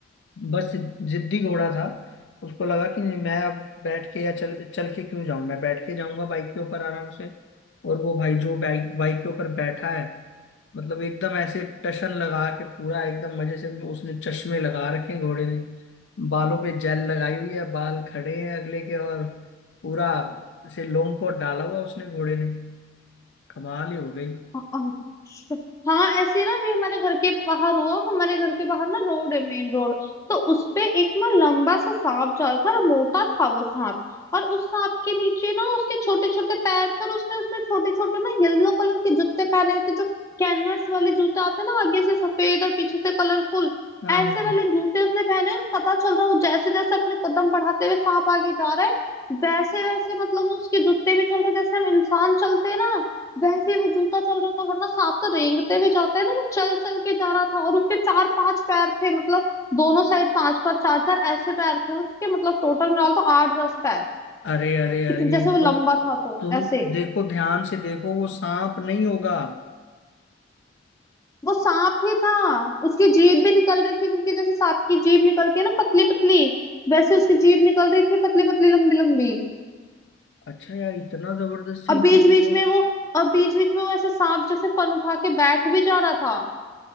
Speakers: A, on the left; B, on the left.
A: बस जिद्दी घोड़ा था उसको लगा कि नहीं, मैं अब बैठ के या चल चल के क्यों जाऊं मैं बैठ के जाऊंगा बाइक के ऊपर आराम से और वो भाई जो बाइक बाइक के ऊपर बैठा है मतलब एकदम ऐसे टशन लगा के पूरा एकदम मजे से उसने चश्मे लगा रखे हैं घोड़े ने बालों पे जेल लगाई हुई है बाल खड़े हैं अगले के और पूरा से लोम कोट डाला हुआ उसने घोड़े ने कमाल ही हो गई
B: अच्छा हाँ ऐसे ही ना अभी हमारे घर के बाहर हुआ हमारे घर के बाहर ना रोड है मेन रोड तो उस पे एक ना लंबा सा सांप जा रहा था और मोटा था वो सांप और उस सांप के नीचे ना उसके छोटे छोटे पैर थे और उसने उसमें छोटे छोटे ना येलो कलर के जूते पहने हुए थे जो कैनवस वाले जूते आते हैं ना आगे से सफेद और पीछे से कलरफुल
A: हाँ
B: ऐसे
A: हाँ।
B: वाले जूते उसने पहने और पता चल रहा वो जैसे जैसे अपने कदम बढ़ाते हुए सांप आगे जा रहा है वैसे वैसे मतलब वो उसके जूते भी चल रहे जैसे हम इंसान चलते हैं ना वैसे ही वो जूता चल रहा था वरना सांप तो रेंगते हुए जाता है ना वो चल चल के जा रहा था और उसके चार पांच पैर थे मतलब दोनों साइड पांच पांच चार चार ऐसे पैर थे उसके मतलब टोटल मिला तो आठ दस पैर
A: अरे अरे अरे
B: इतने जैसे वो
A: वो
B: लंबा था तो
A: तुम
B: ऐसे
A: देखो ध्यान से देखो वो सांप नहीं होगा
B: वो सांप ही था उसकी जीभ भी निकल रही थी क्योंकि जैसे सांप की जीभ निकलती है ना पतली पतली वैसे उसकी जीभ निकल रही थी पतली पतली लंबी लंबी
A: अच्छा यार इतना जबरदस्त सीन
B: अब बीच
A: देख
B: बीच
A: रहे
B: में
A: हो।
B: वो अब बीच बीच में वो ऐसे सांप जैसे फन उठा के बैठ भी जा रहा था